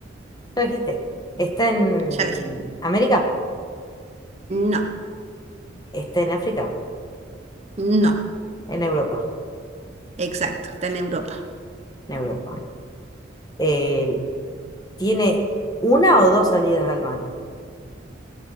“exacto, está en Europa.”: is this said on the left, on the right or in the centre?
Right